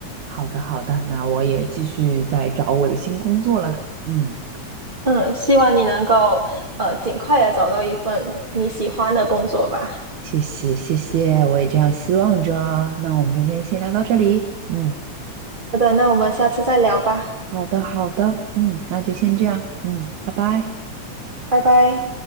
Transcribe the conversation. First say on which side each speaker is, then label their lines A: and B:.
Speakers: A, on the right; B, on the right.
A: 好的好的，那我也继续在找我的新工作啦。嗯，
B: 嗯，希望你能够呃尽快的找到一份你喜欢的工作吧。
A: 谢谢谢谢，我也这样希望着。那我们今天先聊到这里。嗯，
B: 好的，那我们下次再聊吧，
A: 好的好的，嗯，那就先这样。嗯，拜拜。
B: 拜拜。